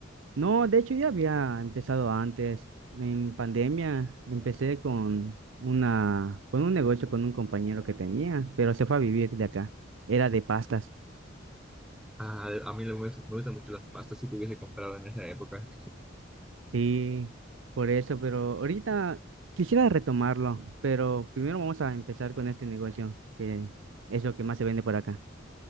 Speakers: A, on the right; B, in the centre.
A: No, de hecho ya había empezado antes. En pandemia empecé con una, con un negocio con un compañero que tenía, pero se fue a vivir de acá. Era de pastas.
B: Ah, a mí me gusta me gustan mucho las pastas si te hubiese comprado en esa época.
A: Sí, por eso, pero ahorita quisiera retomarlo, pero primero vamos a empezar con este negocio, que es lo que más se vende por acá.